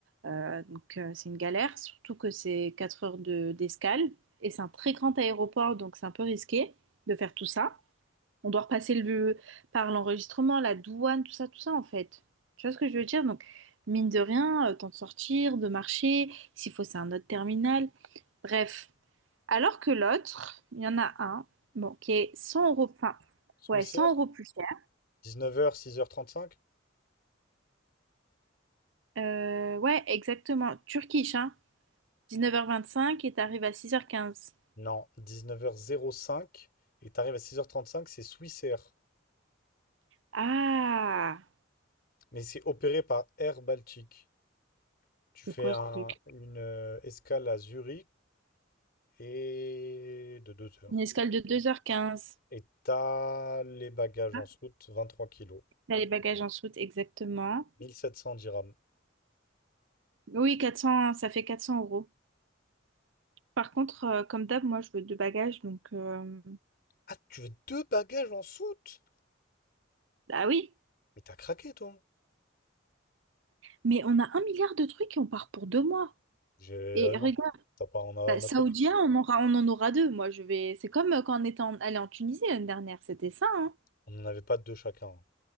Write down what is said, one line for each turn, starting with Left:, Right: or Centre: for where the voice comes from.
Right: Euh, donc euh, c'est une galère, surtout que c'est 4 heures de- d'escale. Et c'est un très grand aéroport, donc c'est un peu risqué de faire tout ça. On doit repasser le, par l'enregistrement, la douane, tout ça, tout ça, en fait. Tu vois ce que je veux dire? Donc, mine de rien, euh, temps de sortir, de marcher, s'il faut, c'est un autre terminal. Bref. Alors que l'autre, il y en a un, bon, qui est cent euros, enfin,
Left: Swissair,
Right: ouais, cent euros plus cher.
Left: dix-neuf heures h 6 6h35?
Right: Euh, ouais, exactement. Turkish, hein. Dix-neuf heures vingt-cinq et t'arrives à six heures quinze.
Left: Non, dix-neuf heures zéro cinq. et t'arrives à six heures trente-cinq, c'est Swissair.
Right: Ah,
Left: Mais c'est opéré par Air Baltique. Tu
Right: c'est
Left: fais
Right: quoi
Left: un-
Right: ce truc?
Left: une euh, escale à Zurich et de 2 heures.
Right: Une escale de deux heures quinze.
Left: Et t'as les bagages
Right: Ah,
Left: en soute, 23 kilos,
Right: T'as les bagages en soute, exactement.
Left: 1700 dirhams.
Right: Oui, 400, ça fait 400 euros. Par contre, euh, comme d'hab, moi, je veux deux bagages, donc... euh,
Left: Ah, tu veux deux bagages en soute?
Right: Ah oui,
Left: Mais t'as craqué, toi.
Right: mais on a un milliard de trucs et on part pour deux mois.
Left: J'ai
Right: Et
Left: alors,
Right: regarde,
Left: t'as pas, on a,
Right: bah,
Left: on
Right: Saoudien,
Left: a pas
Right: on aura, on en aura deux. Moi, je vais... C'est comme euh, quand on était en- allé en Tunisie l'année dernière, c'était ça, hein?
Left: On n'en avait pas deux chacun.